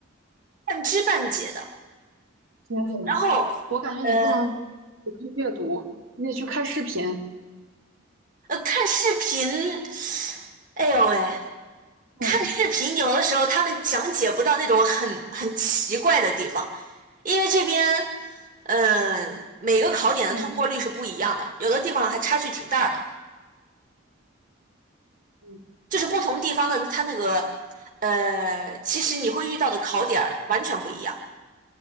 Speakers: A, on the right; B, on the right.
A: 半知半解的。
B: 了解了。
A: 然后呃
B: 我感觉你不能只看阅读，你得去看视频。
A: 呃看视频，哎呦喂，
B: 嗯
A: 看视频有的时候他们讲解不到那种很很奇怪的地方，因为这边嗯、呃每个考点的通过率是不一样的，
B: 嗯
A: 有的地方还差距挺大的。
B: 嗯
A: 就是不同地方的它那个呃，其实你会遇到的考点儿完全不一样，